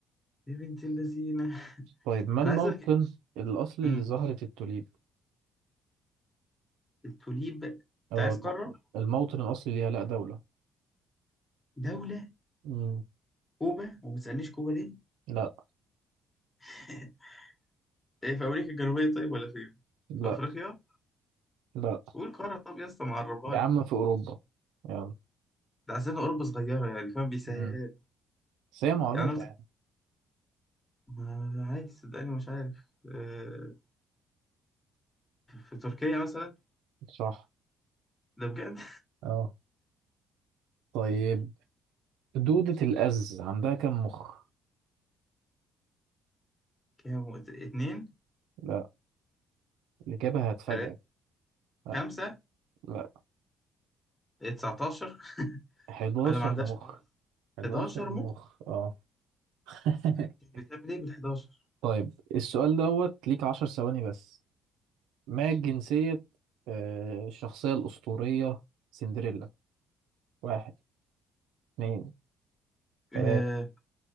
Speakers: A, on the left (about 20°); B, on the right (about 85°).
A: يا بنت اللذينة <laughs>
B: طيب ما
A: أنا
B: الموطن
A: عايز أقول لك
B: الأصلي
A: أمم،
B: لزهرة التوليب؟
A: التوليب أنت
B: اه
A: عايز
B: الم-
A: قارة
B: الموطن الأصلي ليها لأ دولة
A: دولة
B: مم.
A: كوبا وما تسألنيش كوبا ليه
B: لا
A: <laughs> إيه في أمريكا الجنوبية طيب ولا فين؟
B: لا
A: في أفريقيا؟
B: لا
A: قول قارة طب يا اسطى معرفها
B: يا
A: لي
B: عم في أوروبا يلا
A: ده عشان أوروبا صغيرة يعني فاهم بيسهلها
B: مم. بس هي معروفة
A: يعني أنا قلت
B: يعني
A: ما عادي صدقني مش عارف آه، في تركيا مثلا
B: صح
A: ده بجد
B: اه طيب دودة الأز عندها كم مخ؟
A: <laughs> كام اتنين
B: لا الإجابة هتفاجئك
A: تلاتة
B: لا
A: خمسة
B: لا
A: 19
B: 11
A: انا ما عندهاش
B: مخ
A: خالص
B: 11
A: 11
B: مخ
A: مخ
B: اه <laughs>
A: بتعمل ايه بال 11
B: طيب السؤال دوت ليك 10 ثواني بس ما جنسية آه، الشخصية الأسطورية سندريلا؟ واحد اتنين
A: آه،
B: تلاتة